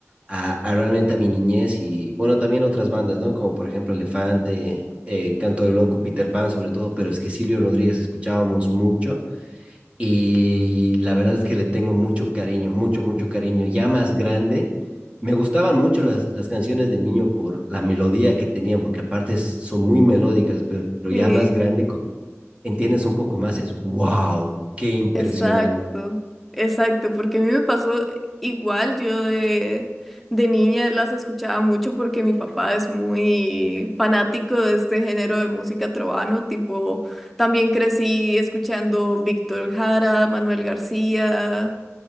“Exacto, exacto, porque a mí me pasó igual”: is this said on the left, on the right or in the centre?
Centre